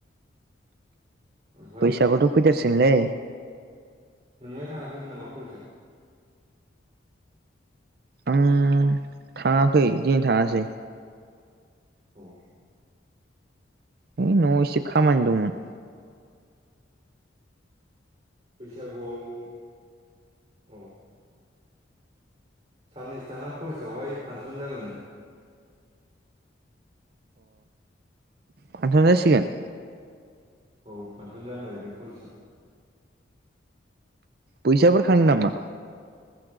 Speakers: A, on the right; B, on the right.
A: ओमफ्राय
B: बैसागोथ' फैथारसिगोनलै
A: नोंलाय थाङाखैमोन नामा कलेजाव
B: आं थाङाखै दिनै थाङासै
A: उम
B: है न'आव एसे खामानि दंमोन
A: बैसागुआव औ साननैसो थाङा कलेजावहाय फांसन जागोन नो
B: फानसन जासिगोन
A: औ फांसन जानो नागिरदों कलेजाव
B: फैसाफोर खांङो नामा